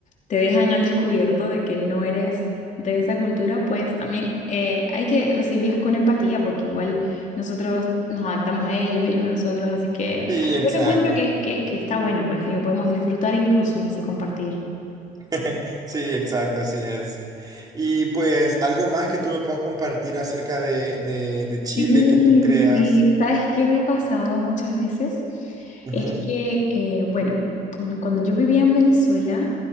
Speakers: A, on the left; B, on the right.
A: te dejan al descubierto de que no eres de esa cultura, pues también eh, hay que recibirlas con empatía, porque igual nosotros nos adaptamos a ellos, ellos a nosotros, así que
B: Sí, exacto.
A: yo lo encuentro que, que, que está bueno, pues que lo podemos disfrutar incluso en ese compartir.
B: <laughs> Sí, exacto, así es. Y pues algo más que tú me puedas compartir acerca de, de, de Chile
A: Sí,
B: que tú creas.
A: sí. ¿Sabes qué me ha pasado muchas veces?
B: Ujú,
A: Es que, eh, bueno, cuando, cuando yo vivía en Venezuela,